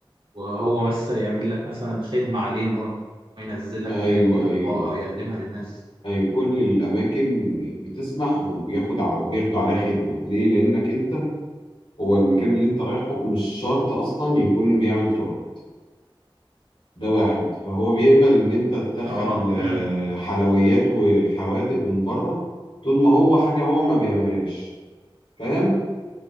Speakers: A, on the right; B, on the left.
A: وهو بس يعمل لك مثلا خدمة عليه ان هو ينزل لك
B: ايوه
A: الحاجات دي في
B: ايوه
A: اطباق او يقدمها للناس
B: أي كل الأماكن بتسمح وبياخد ع... بياخدوا عليها خدمة ليه؟ لأنك أنت هو المكان اللي أنت رايحه مش شرط أصلا يكون بيعمل تراب ده واحد فهو بيقبل إن أنت تدخل
A: اه
B: آه،
A: فعلا
B: حلويات وحوادق من بره طول ما هو حاجة هو ما بيعملهاش فاهم؟